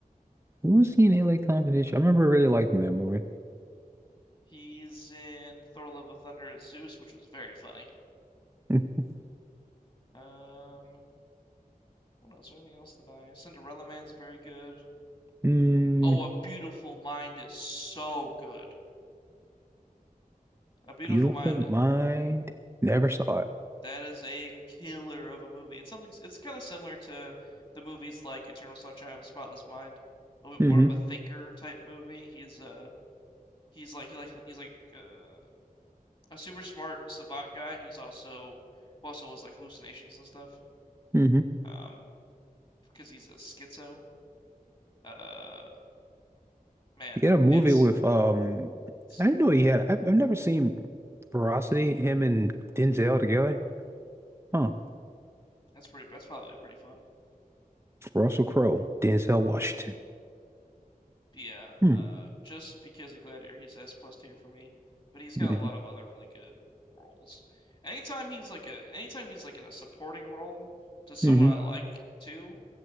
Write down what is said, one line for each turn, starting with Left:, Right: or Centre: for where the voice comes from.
Right: was he in LA Confidential? I remember really liking that movie.
Left: He's in Thor: Love of Thunder as Zeus, which was very funny.
Right: <laughs>
Left: Um, what else? Anything else that I? Cinderella Man's very good.
Right: Mm,
Left: Oh, A Beautiful Mind is so good. A Beautiful
Right: Beautiful
Left: Mind
Right: Mind. Never saw it.
Left: That is a killer of a movie. It's something, it's kind of similar to the movies like Eternal Sunshine of a Spotless Mind. A little bit
Right: hmm
Left: more of a thinker type movie. He's uh he's like he like he's like uh a super smart savant guy who's also who also has like hallucinations and stuff.
Right: hmm
Left: Um, because he's a schizo. Uh, man,
Right: He had a movie
Left: it's
Right: with um
Left: so
Right: I didn't
Left: good.
Right: know he had I've, I've never seen Veracity, him and Denzel together. Huh.
Left: That's pretty. That's probably pretty fun.
Right: Russell Crowe, Denzel Washington.
Left: But yeah, uh,
Right: Hmm.
Left: just because of Gladiator, he's S plus tier for me. But he's got
Right: hmm
Left: a lot of other really good roles. Anytime he's like a, anytime he's like in a supporting role to someone
Right: hmm
Left: I like too.